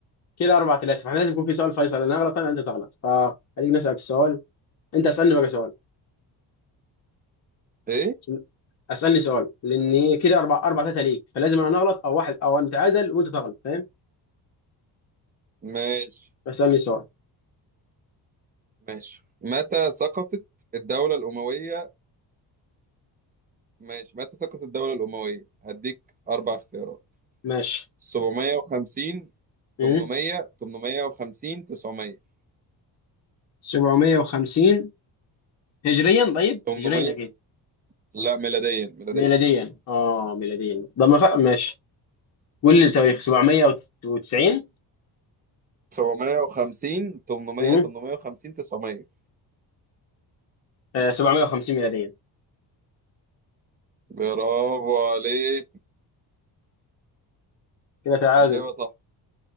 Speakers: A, on the left; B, on the right.
A: كده 4 3 فاحنا لازم يكون في سؤال فيصل انا اغلط انا انت تغلط فخليك نسالك سؤال انت اسالني بقى سؤال
B: ايه
A: عشان- اسالني سؤال لان كده 4 4 3 ليك فلازم انا اغلط او واحد او انا اتعادل وانت تغلط فاهم
B: ماشي
A: فاسالني سؤال
B: ماشي متى سقطت الدولة الأموية ماشي متى سقطت الدولة الأموية هديك أربع اختيارات
A: ماشي
B: 750
A: امم
B: 800 850 900
A: 750 هجريا طيب
B: 800
A: هجريا اكيد
B: لا ميلاديا ميلاديا
A: ميلاديا اه ميلاديا طب ما فرق ماشي قول لي التواريخ 790
B: 750 800
A: امم
B: 850 900
A: آه، 750 ميلاديا
B: برافو عليك
A: كده تعادل
B: إجابة صح